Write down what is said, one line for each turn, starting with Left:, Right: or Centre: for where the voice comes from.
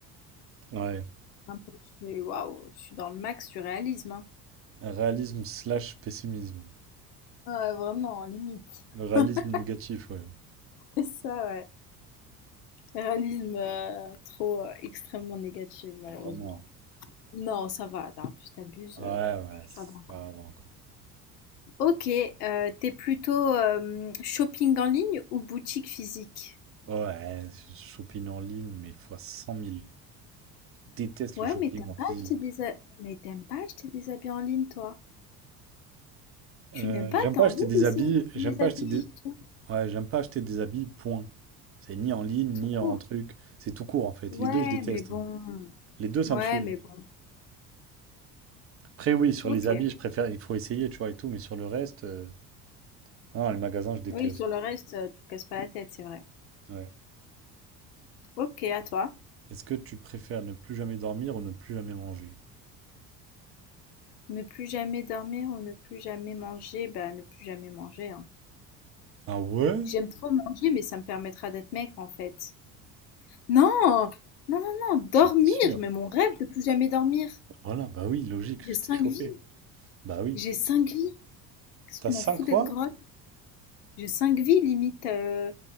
Right: Ouais,
Left: Ah, moi, je suis, waouh, je suis dans le max du réalisme. hein.
Right: réalisme slash pessimisme.
Left: Ouais, vraiment, limite.
Right: Le réalisme
Left: <laughs>
Right: négatif, ouais.
Left: C'est ça, ouais. Réalisme euh, trop euh, extrêmement négatif, malheureusement.
Right: Vraiment.
Left: Non, ça va, t'abuses, t'abuses.
Right: Ouais,
Left: euh,
Right: ouais, ça
Left: ça va encore.
Right: va encore.
Left: Ok, euh, t'es plutôt euh, shopping en ligne ou boutique physique?
Right: Ouais, shopping en ligne, mais fois cent mille. Je Déteste
Left: Ouais,
Right: le shopping
Left: mais t'aimes
Right: en physique.
Left: pas acheter des ha- mais t'aimes pas acheter des habits en ligne, toi. Tu
Right: Euh,
Left: n'aimes pas,
Right: j'aime
Left: t'as
Right: pas
Left: envie
Right: acheter des
Left: d'essayer
Right: habits,
Left: les
Right: j'aime pas
Left: habits
Right: acheter des...
Left: et tout,
Right: Ouais, j'aime pas acheter des habits, point. C'est ni en ligne,
Left: tout
Right: ni
Left: court.
Right: en truc. C'est tout court, en fait.
Left: Ouais,
Right: Les deux, je déteste.
Left: mais bon.
Right: hein. Les deux, ça
Left: Ouais,
Right: me saoule.
Left: mais bon.
Right: Après, oui, sur
Left: Ok.
Right: les habits, je préfère... Il faut essayer, tu vois, et tout, mais sur le reste... euh, Non, les magasins, je déteste.
Left: Oui, sur le reste, euh, tu te casses pas la tête, c'est vrai.
Right: Ouais.
Left: Ok, à toi.
Right: Est-ce que tu préfères ne plus jamais dormir ou ne plus jamais manger?
Left: Ne plus jamais dormir ou ne plus jamais manger, bah ne plus jamais manger, hein.
Right: Ah ouais?
Left: J'aime trop manger, mais ça me permettra d'être maigre en fait. Non, non, non, non, dormir,
Right: Bah, Bien sûr.
Left: mais mon rêve de plus jamais dormir.
Right: Voilà, bah oui, logique,
Left: J'ai
Right: j'étais
Left: cinq
Right: chopé.
Left: vies,
Right: Bah oui.
Left: j'ai cinq vies. Qu'est-ce que
Right: T'as
Left: je m'en
Right: 5
Left: fous d'être
Right: quoi?
Left: grosse? J'ai cinq vies, limite euh,